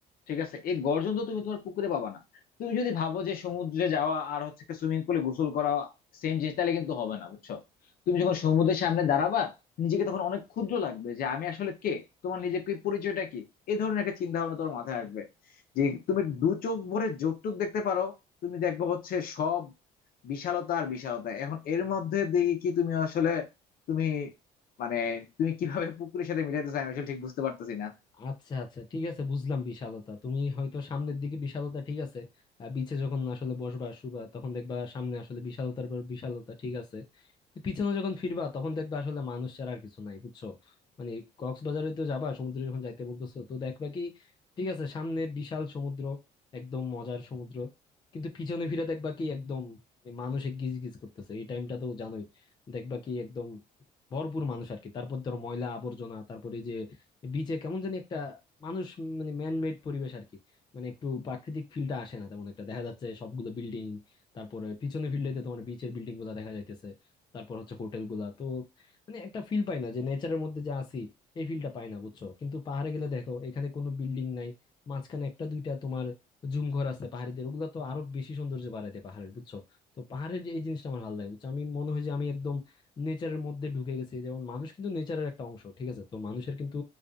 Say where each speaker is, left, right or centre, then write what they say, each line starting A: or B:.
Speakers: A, on the left; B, on the left.
A: ঠিক আছে এই গর্জন তো তুমি তোমার পুকুরে পাবা না তুমি যদি ভাবো যে সমুদ্রে যাওয়া আর হচ্ছে সুইমিং পুলে গোসল করা সেম জিনিস তাহলে কিন্তু হবে না বুঝছো তুমি যখন সমুদ্রের সামনে দাঁড়াবা নিজেকে তখন অনেক ক্ষুদ্র লাগবে যে আমি আসলে কে তোমার নিজেকে পরিচয়টা কি এই ধরনের একটা চিন্তা ভাবনা তোমার মাথায় আসবে যে তুমি দু চোখ ভরে যতটুক দেখতে পারো তুমি দেখবে হচ্ছে সব বিশালতা আর বিশালতা এখন এর মধ্যে দেখি কি তুমি আসলে তুমি মানে তুমি কিভাবে পুকুরের সাথে মিলাইতেছো আমি আসলে ঠিক বুঝতে পারতেছি না
B: আচ্ছা আচ্ছা ঠিক আছে বুঝলাম বিশালতা তুমি হয়তো সামনের দিকে বিশালতা ঠিক আছে আহ, বিচে যখন আসলে বসবা শুবা তখন দেখবা সামনে আসলে বিশালতার পর বিশালতা ঠিক আছে তো পিছনে যখন ফিরবা তখন দেখবা আসলে মানুষ ছাড়া আর কিছু নাই বুঝছো মানে কক্সবাজারে তো যাবা সমুদ্রে যখন যাইতে বলতেছো তো দেখবা কি ঠিক আছে সামনে বিশাল সমুদ্র একদম মজার সমুদ্র কিন্তু পিছনে ফিরে দেখবা কি একদম মানে মানুষে গিজ গিজ করতেছে এই টাইমটা তো জানোই দেখবা কি একদম ভরপুর মানুষ আর কি তারপর ধরো ময়লা আবর্জনা তারপরে বিচে কেমন জানি একটা মানুষ মানে ম্যান মেড পরিবেশ আর কি মানে একটু প্রাকৃতিক ফিলটা আসে না তেমন একটা দেখা যাচ্ছে সবগুলো বিল্ডিং তারপরে পিছনে ফিরলেতে তোমার বিচের বিল্ডিং গুলা দেখা যাইতেছে তারপর হচ্ছে হোটেল গুলা তো মানে একটা ফিল পাই না যে নেচারের মধ্যে যে আছি এই ফিলটা পাই না বুঝছো কিন্তু পাহাড়ে গেলে দেখো এখানে কোনো বিল্ডিং নাই মাঝখানে একটা দুইটা তোমার জুম ঘর আছে পাহাড়িদের ওগুলা তো আরো বেশি সৌন্দর্য বাড়ায় দেয় পাহাড়ের বুঝছো তো পাহাড়ের এই জিনিসটা আমার ভালো লাগে বুঝছো আমি মনে হয় যে আমি একদম নেচারের মধ্যে ঢুকে গেছি যেমন মানুষ কিন্তু নেচারের একটা অংশ ঠিক আছে তো মানুষের কিন্তু